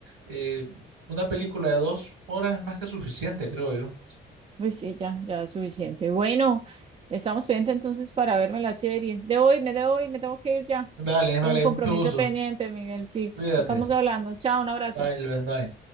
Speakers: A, on the right; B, on the right.
A: eh, una película de dos horas es más que suficiente, creo yo.
B: Pues sí, ya, ya es suficiente. Bueno, estamos pendientes entonces para verme la serie. Debo irme, debo irme, tengo que ir ya.
A: Dale, vale,
B: Tengo un compromiso
A: mucho gusto.
B: pendiente, Miguel. Sí,
A: Cuídate.
B: estamos hablando. Chao, un abrazo.
A: Bye, Levan, bye.